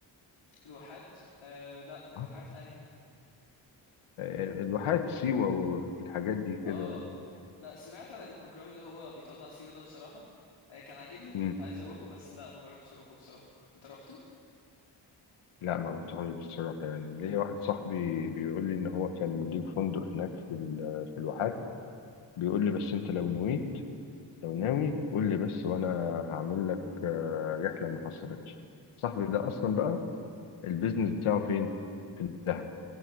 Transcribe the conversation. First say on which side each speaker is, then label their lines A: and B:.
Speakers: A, on the left (about 65°); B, on the left (about 80°).
A: لوحات آه لا لوحات
B: آه.
A: انهي
B: آه، الواحات سيوة والحاجات دي كده
A: اه لا سمعت عن البروجرام اللي هو بيطلع سيوة ده بصراحة آه، كان عاجبني كنت
B: مم.
A: عايز اروحه بس لا ما جربتش اروحه بصراحة انت روحته
B: لا ما رحتهاش بصراحة يعني ليا واحد صاحبي بيقول لي ان هو كان مدير فندق هناك في ال- في الواحات بيقول لي بس انت لو نويت لو ناوي قول لي بس وانا هعمل لك آه، رحله ما حصلتش صاحبي ده اصلا بقى البيزنس بتاعه فين في دهب